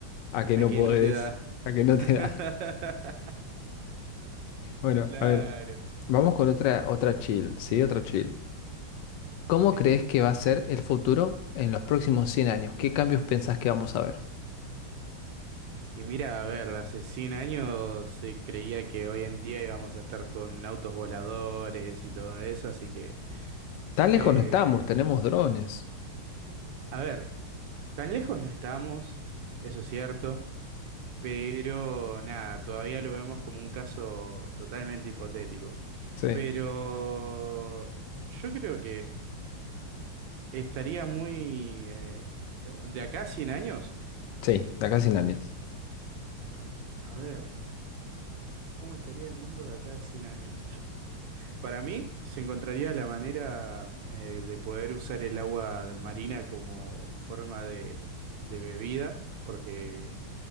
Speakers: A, on the left (about 80°); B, on the right (about 70°).
A: a que
B: Aquí
A: no podés,
B: no te da.
A: a que no
B: <laughs>
A: te da. <laughs> Bueno,
B: Claro,
A: a ver, vamos con otra, otra chill, ¿sí? Otra chill. ¿Cómo
B: sí.
A: crees que va a ser el futuro en los próximos 100 años? ¿Qué cambios pensás que vamos a ver?
B: Y mira, a ver, hace cien años se creía que hoy en día íbamos a estar con autos voladores y todo eso, así que...
A: Tan
B: eh,
A: lejos no estamos, tenemos drones.
B: a ver, tan lejos no estamos, eso es cierto, pero nada, todavía lo vemos como un caso totalmente hipotético.
A: Sí,
B: Pero yo creo que estaría muy... eh, de acá a 100 años,
A: sí, de acá a 100 años.
B: a ver. ¿Cómo estaría el mundo de acá a 100 años? <sniffs> <laughs> Para mí, se encontraría la manera eh, de poder usar el agua marina como forma de, de bebida, porque